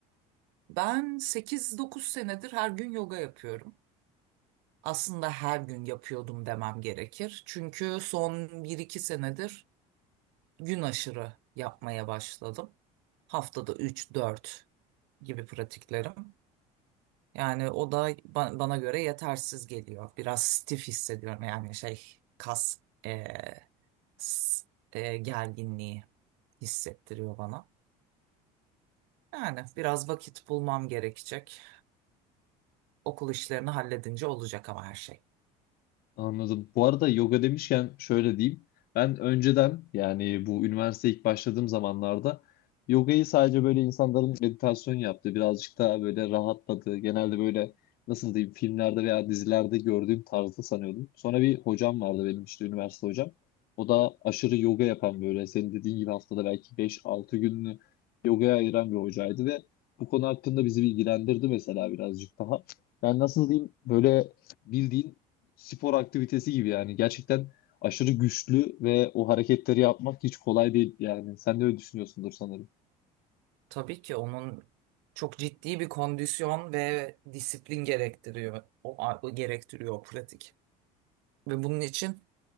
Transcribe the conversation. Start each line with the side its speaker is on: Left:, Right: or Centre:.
Right: Ben sekiz dokuz senedir her gün yoga yapıyorum. aslında her gün yapıyordum demem gerekir. Çünkü son bir iki senedir gün aşırı yapmaya başladım. Haftada üç dört gibi pratiklerim. Yani o da ba- bana göre yetersiz geliyor. Biraz stif hissediyorum yani şey kas eee, s- eee, gerginliği hissettiriyor bana. Yani biraz vakit bulmam gerekecek. Okul işlerini halledince olacak ama her şey.
Left: Anladım. Bu arada yoga demişken şöyle diyeyim. Ben önceden yani bu üniversiteye ilk başladığım zamanlarda yogayı sadece böyle insanların meditasyon yaptığı, birazcık daha böyle rahatladığı, genelde böyle nasıl diyeyim filmlerde veya dizilerde gördüğüm tarzda sanıyordum. Sonra bir hocam vardı benim işte üniversite hocam. O da aşırı yoga yapan böyle senin dediğin gibi haftada belki beş altı gününü yogaya ayıran bir hocaydı ve bu konu hakkında bizi bilgilendirdi mesela birazcık daha. Yani nasıl diyeyim böyle bildiğin spor aktivitesi gibi yani. Gerçekten aşırı güçlü ve o hareketleri yapmak hiç kolay değil yani. Sen de öyle düşünüyorsundur sanırım.
Right: Tabii ki onun çok ciddi bir kondisyon ve disiplin gerektiriyor. O, o gerektiriyor o pratik. Ve bunun için